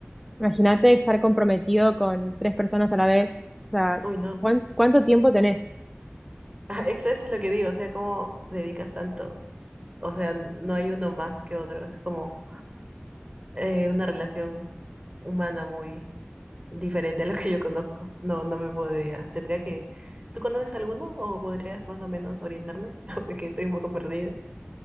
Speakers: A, in the centre; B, on the right.
A: imagínate estar comprometido con tres personas a la vez. O sea,
B: Uy, no.
A: ¿cuán- ¿cuánto tiempo tenés?
B: <laughs> Ah, Eso es lo que digo, o sea, ¿cómo dedicas tanto? O sea, no hay uno más que otro, es como eh, una relación humana muy diferente a lo que yo conozco. No, no me podría. Tendría que... ¿Tú conoces alguno o podrías más o menos orientarme? <laughs> Porque estoy un poco perdida.